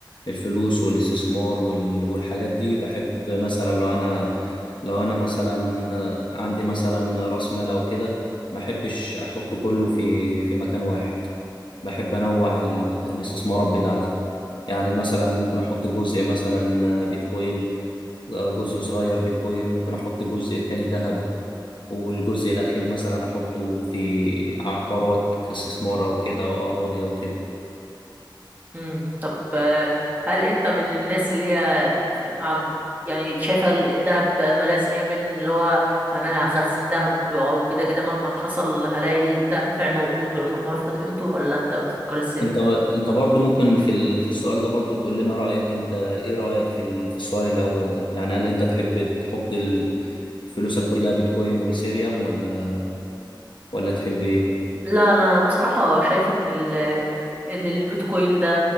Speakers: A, on the left; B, on the right.
A: الفلوس والاستثمار وال- والحاجات دي بحب مثلا لو انا لو انا مثلا عندي مثلا راس مال او كده ما احبش احط كله في في مكان واحد بحب انوع ال- الاستثمارات بتاعتي يعني مثلا ممكن احط جزء مثلا بيتكوين آه، جزء صغير بيتكوين ممكن احط الجزء التاني ذهب والجزء الاخير مثلا احطه في عقارات كاستثمار او كده او اراضي او كده
B: امم طب آه، هل انت من الناس اللي هي بتحب عن يعني شايفة ال- الدهب ملاذ آمن اللي هو انا هخزن دهب او كده كده مهما حصل هلاقي الدهب بتاعي موجود وعمره ما يفقد قيمته ولا انت بتفكر ازاي
A: انت انت برضو ممكن في ال... في السؤال ده برضو تقول لنا رايك انت ايه رايك في ال... في السؤال الاول ده يعني هل انت تحب تحط ال... فلوسك كلها بيتكوين وايثيريوم ولا ولا تحب ايه
B: لا انا بصراحه شايف ان ال ان البيتكوين ده